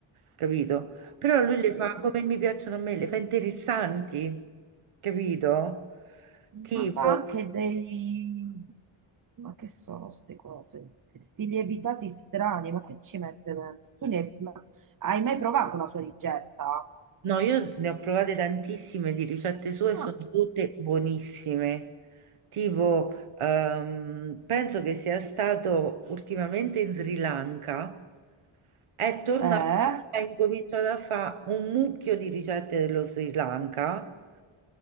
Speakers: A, on the right (about 85°); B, on the right (about 40°).
A: capito? Però lui
B: Ok.
A: le fa come mi piacciono a me, le fa interessanti, capito? Tipo,
B: Ma fa anche dei... Ma che sono queste cose? Sti lievitati strani, ma che ci mette dentro? Tu ne hai, ma hai mai provato una sua ricetta?
A: No, io ne ho provate tantissime di ricette sue, e
B: Ah,
A: sono tutte buonissime. Tipo, ehm, penso che sia stato ultimamente in Sri Lanka, è tornato
B: eh,
A: e ha incominciato a fare un mucchio di ricette dello Sri Lanka,